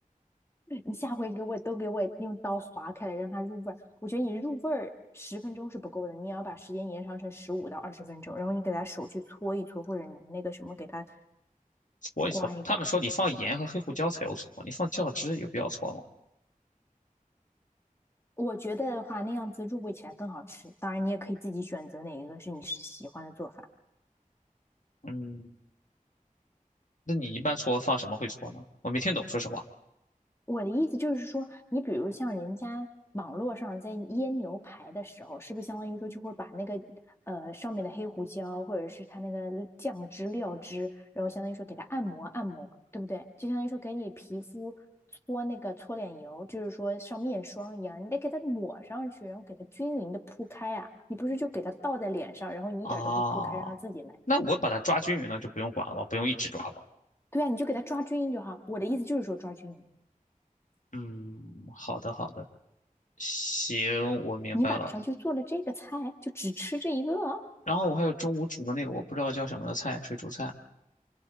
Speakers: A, on the left; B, on the left.
A: 你下回给我都给我用刀划开来，让它入味儿。我觉得你入味儿十分钟是不够的，你也要把时间延长成十五到二十分钟，然后你给它手去搓一搓，或者拿那个什么给它
B: 搓一搓。
A: 刮一刮。
B: 他们说你放盐和黑胡椒才有搓，你放酱汁有必要搓吗？
A: 我觉得的话，那样子入味起来更好吃。当然，你也可以自己选择哪一个是你喜欢的做法。
B: 嗯，那你一般搓放什么会搓呢？我没听懂，说实话。
A: 我的意思就是说，你比如像人家网络上在腌牛排的时候，是不是相当于说就会把那个呃上面的黑胡椒或者是它那个酱汁料汁，然后相当于说给它按摩按摩，对不对？就相当于说给你皮肤搓那个搓脸油，就是说像面霜一样，你得给它抹上去，然后给它均匀的铺开啊。你不是就给它倒在脸上，然后你一点儿都不铺开，
B: 啊，
A: 让它自己来，
B: 那我把它抓均匀了，
A: 对吧？
B: 就不用管了吧，不用一直抓吧。
A: 对啊，你就给它抓均匀就好。我的意思就是说抓均匀。
B: 嗯，好的好的，行，我明白了。
A: 你晚上就做了这个菜，就只吃这一个哦，
B: 然后我还有中午煮的那个我不知道叫什么的菜，水煮菜。